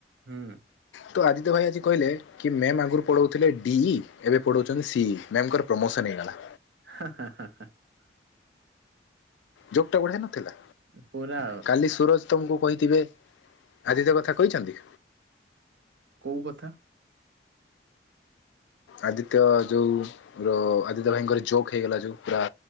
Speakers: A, on the right (about 70°); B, on the left (about 80°).
A: ହୁଁ।
B: ତ ଆଦିତ୍ୟ ଭାଇ ଆଜି କହିଲେ! କି ମ୍ୟାମ୍ ଆଗରୁ ପଢୋଉଥିଲେ ଡି ଇ ଏବେ ପଢୋଉଚନ୍ତି ସି ଇ। ମ୍ୟାମଙ୍କର ପ୍ରମୋସନ ହେଇଗଲା।
A: <unintelligible>
B: ଯୋକ୍ ଟା ବଢିଆ ନଥିଲା?
A: ହାଁ ପୁରା
B: କାଲି ସୁରଜ ତମକୁ କହିଥିବେ? ଆଦିତ୍ୟ କଥା କହିଚନ୍ତି?
A: କୋଉ କଥା?
B: ଆଦିତ୍ୟ ଯୋଉ ରୋ ଆଦିତ୍ୟ ଭାଇଙ୍କର ଚୋର୍କ ହେଇଗଲା ଯୋଉ ପୁରା